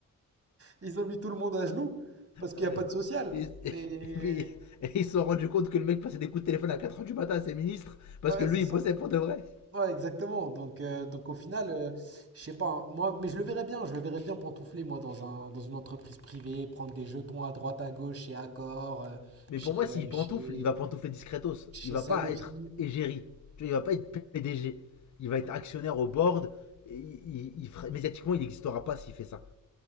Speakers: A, on the right (about 45°); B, on the left (about 55°).
A: Ils ont mis tout le monde à genoux parce qu'il
B: Ouais.
A: n'y a pas de social.
B: Et, et-
A: Mais
B: et puis, et ils se sont rendus compte que le mec passait des coups de téléphone à quatre heures du matin à ses ministres parce
A: ouais,
B: que lui,
A: c'est ça.
B: il bossait pour de vrai.
A: Ouais, exactement. Donc, euh, donc au final, euh, je sais pas. hein. moi, mais je le verrais bien. Je le verrais bien pantoufler moi dans un, dans une entreprise privée, prendre des jetons à droite à gauche chez Accor, euh,
B: Mais
A: chez,
B: pour moi, s'il
A: euh, chez,
B: pantoufle, il va pantoufler discretos.
A: chez
B: Il va
A: Sanofi.
B: pas être égérie. Tu vois, il va pas être PDG. Il va être actionnaire au board. Et il, il- il médiatiquement, il n'existera pas s'il fait ça.